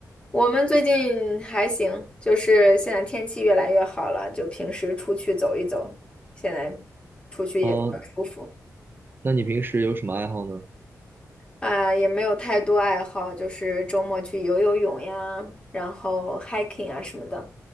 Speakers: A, on the left; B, on the right.
A: 我们最近还行，就是现在天气越来越好了，就平时出去走一走，现在出去也比较舒服
B: 呃，那你平时有什么爱好呢？
A: 啊，也没有太多爱好，就是周末去游游泳呀，然后 hiking 啊什么的。